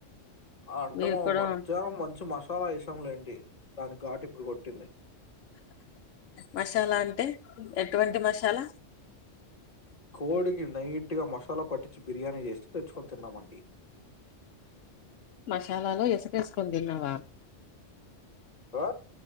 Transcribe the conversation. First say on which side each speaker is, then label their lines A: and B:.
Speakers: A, on the left; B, on the left.
A: అంటే
B: మీరు
A: మము
B: కూడా
A: మధ్యాహ్నం మంచి మసాలా ఏసంలేండి దాని ఘాటు ఇప్పుడు కొట్టింది
B: మసాలా అంటే ఎటువంటి మసాలా
A: కోడికి నైట్ గా మసాలా పట్టించి బిర్యానీ చేస్తూ తెచ్చుకొని తిన్నమండి
B: కలలో ఇసకేసుకుని తిన్నావా
A: ఆ